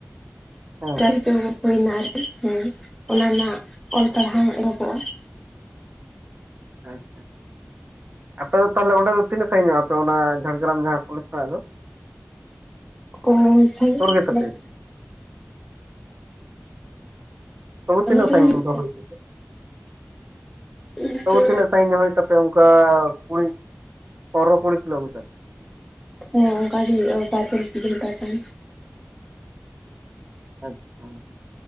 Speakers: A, on the right; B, in the centre.
A: ᱦᱮᱸ
B: ᱡᱟᱸᱠ‌ᱡᱚᱸᱢᱚᱠ ᱦᱩᱭᱱᱟ ᱟᱨᱠᱤ ᱦᱮᱸ ᱚᱱᱟ ᱨᱮᱱᱟᱜ ᱚᱞ
A: ᱟᱪᱪᱷᱟ
B: ᱯᱟᱲᱦᱟᱣ ᱮᱦᱚᱵᱚᱜᱼᱟ ᱾
A: ᱟᱪᱪᱷᱟ, ᱟᱯᱮ ᱫᱚ ᱛᱟᱦᱚᱞᱮ ᱚᱸᱰᱮ ᱫᱚ ᱛᱤᱱᱟᱹᱜ ᱥᱟᱸᱜᱤᱧᱚᱜᱼᱟ ᱟᱯᱮ ᱚᱱᱟ ᱡᱷᱟᱲᱜᱨᱟᱢ ᱡᱟᱦᱟᱸ ᱠᱚᱞᱮᱡᱽ ᱠᱷᱚᱱᱟᱜ ᱫᱚ?
B: ᱦᱳᱭ ᱥᱟᱺᱜᱤᱧ
A: ᱥᱩᱨ ᱜᱮᱛᱟᱯᱮᱭᱟ
B: ᱜᱮᱭᱟᱞᱮ᱾
A: ᱛᱚᱵᱩ
B: ᱫᱚᱢᱮ
A: ᱛᱤᱱᱟᱹᱜ
B: ᱫᱚ
A: ᱥᱟᱺᱜᱤᱧ
B: ᱵᱟᱝ ᱦᱩᱭᱩᱜ
A: ᱚᱱᱛᱮ
B: ᱥᱮ
A: ᱠᱷᱚᱡ ᱫᱚᱯᱮ?
B: ᱤᱱᱠᱟᱹ
A: ᱛᱚᱵᱩ ᱛᱤᱱᱟᱹᱜ ᱥᱟᱺᱜᱤᱧ ᱧᱚᱜ ᱦᱩᱭᱩᱜ ᱛᱟᱯᱮ ᱚᱝᱠᱟ ᱠᱩᱲᱤ ᱯᱚᱱᱨᱚ ᱠᱩᱲᱤ ᱠᱤᱞᱳᱢᱤᱴᱟᱨ
B: ᱦᱮᱸ ᱚᱝᱠᱟ ᱜᱮ‌ ᱦᱩᱭᱩᱜᱼᱟ ᱵᱟᱨᱜᱮᱞ ᱯᱤᱜᱮᱞ ᱞᱮᱛᱟᱨ ᱥᱟᱺᱜᱤᱧ
A: ᱟᱪᱪᱷᱟ,